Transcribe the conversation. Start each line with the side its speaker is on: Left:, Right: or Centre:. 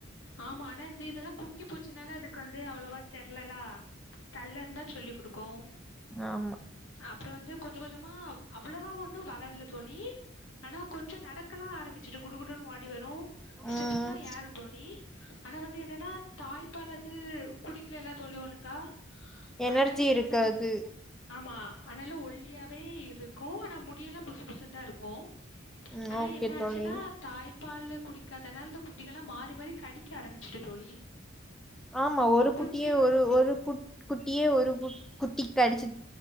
Left: ஆமா ஆனா இந்து இதெல்லா குட்டி பூச்சுனால அதுக்கு வந்து அவ்ளோவா தெரிலல்ல தள்ள இருந்தா சொல்லி கொடுக்கு
Centre: ஆமா
Left: அப்றோ வந்து கொஞ்சோ கொஞ்சமா அவ்ளவா ஒண்ணு வளர்ல தோழி ஆனா கொஞ்சோ நடக்கலா ஆரம்பிச்சிட்டு குடுகுடுன்னு வோடி வரு ஸ்டெப்ஸ்லா
Centre: ம்
Left: யேறு தோழி ஆனா வந்து எனன்னா தாய்ப்பால் அது குடிக்கலல்ல தோழி ஒழுங்கா
Centre: எனர்ஜி
Left: ஆனால
Centre: இருக்காது
Left: என்ன ஆமா ஆனால ஒல்லியாவே இருக் பூன முடியெல்லா புசு புசு தா இருக்கு
Centre: ம்
Left: ஆனா
Centre: ஓகே
Left: என
Centre: தோழி
Left: ஆச்சுன்னா தாய்ப்பால் குடிக்காதனால அந்த குட்டிகள் எல்லா மாரி மாரி கடிக்க ஆரம்பிச்சுட்டு தோழி
Centre: ஆமா ஒரு புட்டியே
Left: குட்டி
Centre: ஒரு ஒரு புட் குட்டியே ஒரு பு குட்டி அடிச்சு